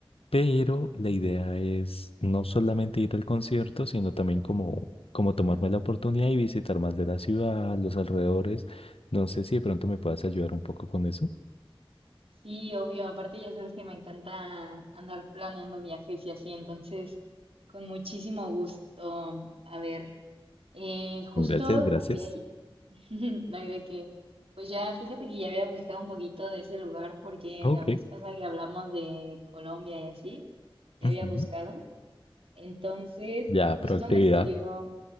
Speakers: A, on the left (about 85°); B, on the right (about 85°).
A: Pero la idea es no solamente ir al concierto, sino también como, como tomarme la oportunidad y visitar más de la ciudad, los alrededores. No sé si de pronto me puedas ayudar un poco con eso.
B: Sí, obvio, aparte ya sabes que me encanta andar planeando viajes y así, entonces con muchísimo gusto. A ver, eh, justo
A: Gracias, gracias.
B: había, <laughs> ay, de qué. pues ya fíjate que ya había buscado un poquito de ese lugar porque
A: Ok.
B: la vez pasada que hablamos de Colombia y así, ya
A: Ujú.
B: había buscado. Entonces,
A: Ya,
B: justo
A: proactividad.
B: me salió,